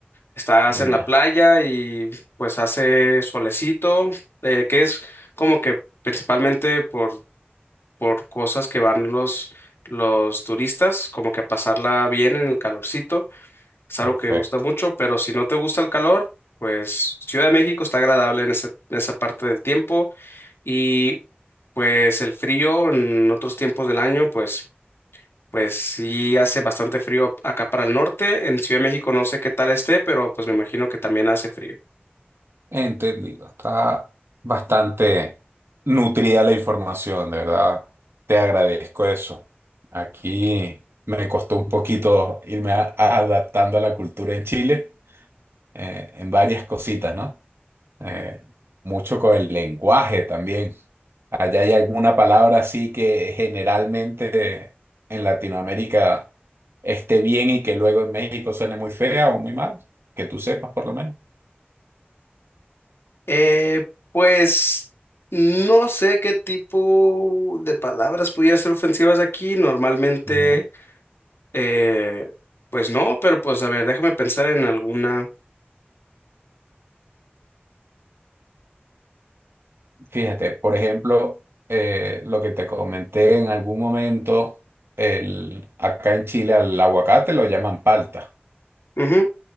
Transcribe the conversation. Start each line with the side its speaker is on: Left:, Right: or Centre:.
Left: Estás en
Right: ya,
Left: la playa y pues hace solecito, eh, que es como que principalmente por por cosas que van los, los turistas, como que a pasarla bien en el calorcito. Es algo
Right: perfecto.
Left: que gusta mucho, pero si no te gusta el calor, pues Ciudad de México está agradable en, ese- en esa parte del tiempo y pues el frío en otros tiempos del año, pues... Pues sí hace bastante frío acá para el norte. En Ciudad de México no sé qué tal esté, pero pues me imagino que también hace frío.
Right: Entendido. Está bastante nutrida la información, de verdad. Te agradezco eso. Aquí me costó un poquito irme a- adaptando a la cultura en Chile, eh, en varias cositas, ¿no? Eh, mucho con el lenguaje también. Allá hay alguna palabra así que generalmente en Latinoamérica esté bien y que luego en México suene muy fea o muy mal, que tú sepas por lo menos.
Left: Eh, pues no sé qué tipo de palabras pudiera ser ofensivas aquí. Normalmente,
Right: No.
Left: eh, pues no, pero pues a ver, déjame pensar en alguna.
Right: Fíjate, por ejemplo, eh, lo que te comenté en algún momento, el, acá en Chile al aguacate lo llaman palta,
Left: Ujú,